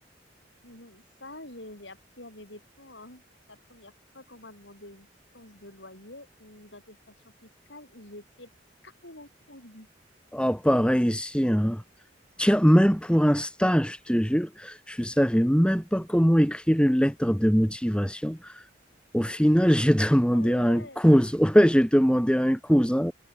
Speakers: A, on the left (about 70°); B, in the centre.
A: Mhm. Ça, j'ai j'ai appris à mes dépens. hein. La première fois qu'on m'a demandé une quittance de loyer ou une attestation fiscale, j'étais carrément perdue.
B: Ah, pareil ici, hein. Tiens, même pour un stage, je te jure, je ne savais même pas comment écrire une lettre de motivation. Au final, j'ai <laughs> demandé
A: Ah
B: à
A: ouais,
B: un cousin. <laughs> Ouais, j'ai demandé à un cousin.